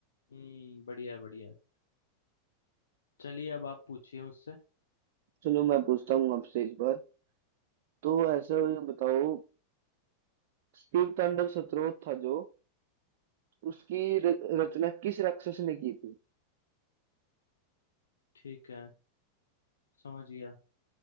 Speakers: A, on the left (about 70°); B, on the right (about 50°).
A: हम्म बढ़िया है बढ़िया है। चलिए अब आप पूछिए मुझसे
B: चलो मैं पूछता हूँ आपसे इस बार तो ऐसा ये बताओ शिव तांडव स्तोत्र था जो उसकी र- रचना किस राक्षस ने की थी
A: ठीक है समझ गया